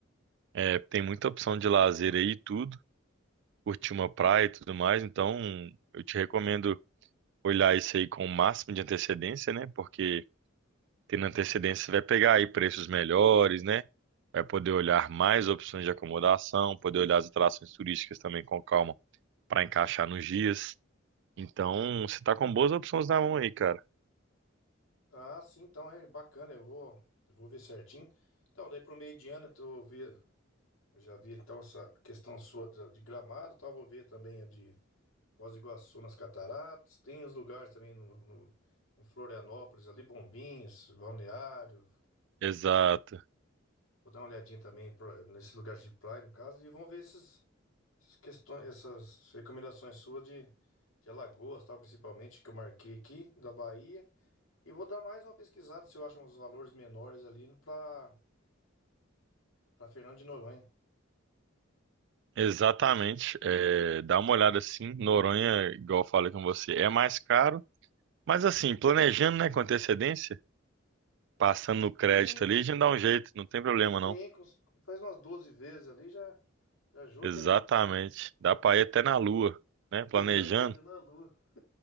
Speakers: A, on the right (about 60°); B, on the left (about 80°).
A: é, tem muita opção de lazer aí, e tudo, curtir uma praia e tudo mais. Então, eu te recomendo olhar isso aí com o máximo de antecedência, né? Porque tendo antecedência você vai pegar aí preços melhores, né? Vai poder olhar mais opções de acomodação, poder olhar as atrações turísticas também com calma para encaixar nos dias. Então, você tá com boas opções na mão aí, cara.
B: Ah, sim, então é bacana, eu vou, eu vou ver certinho. Então, daí pro meio de ano, eu tô, vi- Eu já vi então essa questão sua de, de Gramado, tal, vou ver também a de Foz do Iguaçu nas Cataratas. Tem os lugares também no, no- em Florianópolis, ali Bombinhas, Balneário.
A: Exato.
B: Vou dar uma olhadinha também pra- nesse lugar de praia, no caso, e vão ver esses, essas questões, essas recomendações suas de, de Alagoas, tal, principalmente, que eu marquei aqui, da Bahia. E vou dar mais uma pesquisada se eu acho uns valores menores ali para para Fernando de Noronha.
A: Exatamente. É, dá uma olhada assim. Noronha, igual eu falei com você, é mais caro. Mas assim, planejando, né, com antecedência, passando no crédito
B: Sim,
A: ali, a gente dá um jeito, não tem problema não.
B: Sim, cons- faz umas 12 vezes ali já, já ajuda,
A: Exatamente.
B: né?
A: Dá pra ir até na lua, né? Planejando.
B: <laughs> Dá pra entrar na lua.